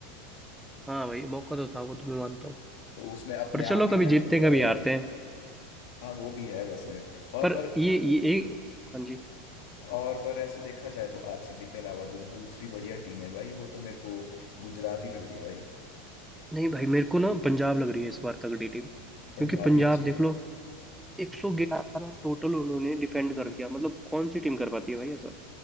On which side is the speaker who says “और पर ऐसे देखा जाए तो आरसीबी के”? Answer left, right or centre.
Left